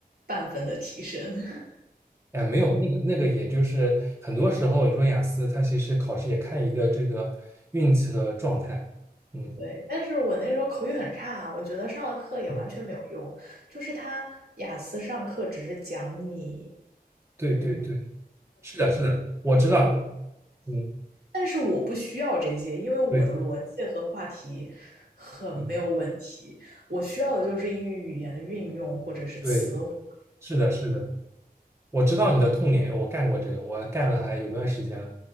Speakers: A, on the right; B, on the right.
A: 半分的提升。<laughs>
B: 哎，没有那个那个，也就是很多时候，你说雅思，它其实考试也看一个这个运气和状态，嗯，
A: 对，但是我那时候口语很差，我觉得上了课也完全没有用，
B: 嗯
A: 就是他雅思上课只是讲你，
B: 对对对。
A: 嗯，
B: 是的，是的，我知道，我嗯，
A: 但是我不需要这些，因为我的逻辑和话题很没有问题。
B: 对，嗯，
A: 我需要的就是英语语言的运用或者是词汇，
B: 对，是的，是的，我知道你的痛点，我干过这个，我干了还有段时间了。